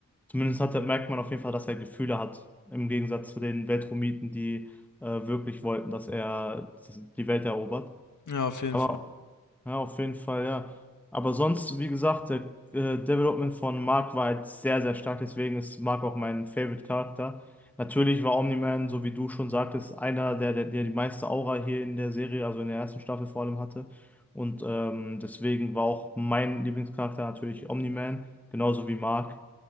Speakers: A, in the centre; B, on the left (about 65°).
A: Zumindest hat, er- merkt man auf jeden Fall, dass er Gefühle hat, im Gegensatz zu den Weltromiten, die äh, wirklich wollten, dass er dass die Welt erobert.
B: Ja, auf jeden
A: Aber
B: Fall.
A: ja, auf jeden Fall, ja. Aber sonst, wie gesagt, der äh, Development von Mark war halt sehr, sehr stark. Deswegen ist Mark auch mein Favorite-Charakter. Natürlich war Omni-Man, so wie du schon sagtest, einer, der, der, der die meiste Aura hier in der Serie, also in der ersten Staffel vor allem hatte. Und ähm, deswegen war auch mein Lieblingscharakter natürlich Omni-Man, genauso wie Mark.